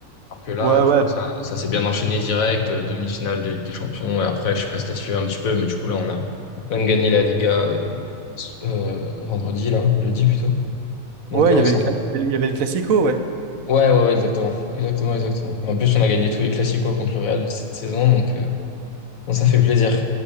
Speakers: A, on the left (about 80°); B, on the right (about 75°).
A: Alors que là,
B: Ouais,
A: du
B: ouais.
A: coup, ça, ça s'est bien enchaîné direct, euh, demi-finale de Ligue des Champions, et après, je sais pas si t'as suivi un petit peu, mais du coup, là, on a même gagné la Liga euh, vendredi, là, jeudi plutôt. Donc,
B: Ouais,
A: euh,
B: il y avait
A: ouais, sympa.
B: le, cla- il y avait le Classico, ouais.
A: Ouais, ouais, ouais, exactement. Exactement, exactement. En plus, on a gagné tous les Clasico contre le Real cette saison, donc euh, bon, ça fait plaisir.